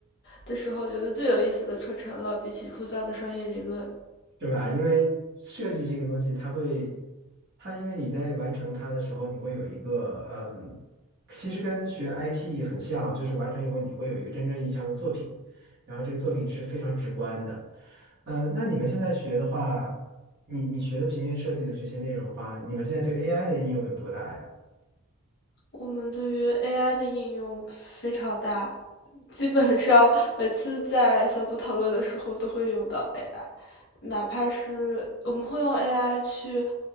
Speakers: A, on the left; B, on the right.
A: 的时候觉得最有意思的课程了，比起枯燥的商业理论。
B: 对吧？因为设计这个东西，它会，它因为你在完成它的时候，你会有一个，嗯，其实跟学 IT 很像，就是完成以后你会有一个真正意义上的作品，然后这个作品是非常直观的。嗯，那你们现在学的话，你你学的平面设计的这些内容的话，你们现在对 AI 的应用有多大呀？
A: 我们对于 AI 的应用非常大，基本上每次在小组讨论的时候都会用到 AI，哪怕是我们会用 AI 去